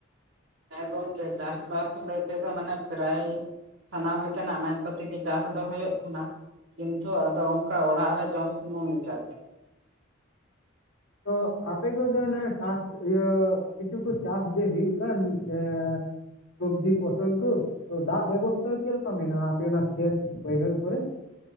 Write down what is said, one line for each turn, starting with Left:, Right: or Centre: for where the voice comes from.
Right: ᱦᱮᱸ ᱜᱚᱝᱠᱮ ᱪᱟᱥ ᱵᱟᱥ ᱞᱟᱹᱭ ᱛᱮᱫᱚ ᱢᱟᱱᱮ ᱯᱨᱮᱭ ᱥᱟᱱᱟᱢ ᱞᱮᱠᱟᱱᱟᱜ ᱟᱱᱟᱡᱽ ᱯᱟᱹᱛᱤ ᱜᱮ ᱪᱟᱥ ᱫᱚ ᱦᱳᱭᱳᱜ ᱛᱟᱦᱮᱱᱟ᱾ ᱠᱤᱱᱛᱷᱩ ᱟᱫᱚ ᱚᱝᱠᱟ ᱚᱲᱟᱜ ᱨᱮ ᱡᱚᱢ ᱥᱩᱢᱩᱝ ᱞᱮᱠᱟ ᱜᱮ᱾
Left: ᱛᱚ ᱟᱯᱮ ᱠᱚᱫᱚ ᱱᱮ ᱪᱟᱥ ᱤᱭᱟᱹ ᱠᱤᱪᱷᱩ ᱠᱚ ᱪᱟᱥ ᱡᱮ ᱦᱩᱭᱩᱜ ᱠᱟᱱ ᱮᱸ ᱥᱚᱵᱽᱡᱤ ᱯᱷᱚᱥᱚᱞ ᱠᱚ, ᱛᱚ ᱫᱟᱜ ᱵᱮᱵᱚᱥᱛᱷᱟ ᱪᱮᱫ ᱞᱮᱠᱟ ᱢᱮᱱᱟᱜ-ᱟ, ᱟᱯᱮ ᱚᱱᱟ ᱠᱷᱮᱛ ᱵᱟᱹᱭᱦᱟᱹᱲ ᱠᱚᱨᱮ?